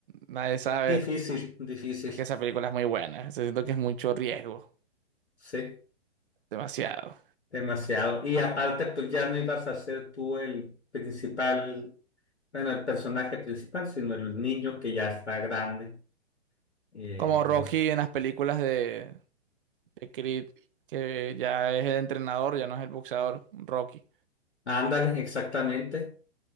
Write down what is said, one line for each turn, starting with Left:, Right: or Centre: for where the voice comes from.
Right: nadie sabe.
Left: Difícil, difícil,
Right: Es que esa película es muy buena. Siento que es mucho riesgo.
Left: sí,
Right: Demasiado.
Left: demasiado. Y aparte, pues ya no ibas a ser tú el principal, bueno, el personaje principal, sino el niño que ya está grande. Y entonces,
Right: Como Rocky en las películas de, de Creed, que ya es el entrenador, ya no es el boxeador, Rocky.
Left: ándale, exactamente.